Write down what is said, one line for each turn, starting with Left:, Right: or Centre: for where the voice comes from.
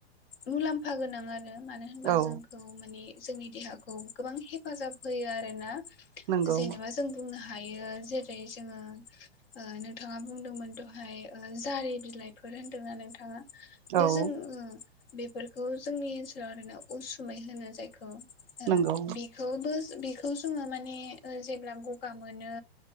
Left: मुलाम्फा गोनां आरो नो मानो होनबा
Right: औ
Left: जोंखौ माने जोंनि देहाखौ गोबां हेफाजाब होयो आरोना
Right: नंगौ
Left: जेनेबास जों बुंनो हायो जेरै जोङो ओ नोंथाङा बुंदोंमोन दहाय ओ जारि बिलाइफोर होनदोंना नोंथाङा
Right: औ
Left: दा जों ओ बेफोरखौ जोंनि ओनसोलाव आरैनो उसुमै होनो जायखौ ओ
Right: नंगौ
Left: बि बिखौबोस बिखौ जोङो माने ओ जेब ब्ला गगा मोनो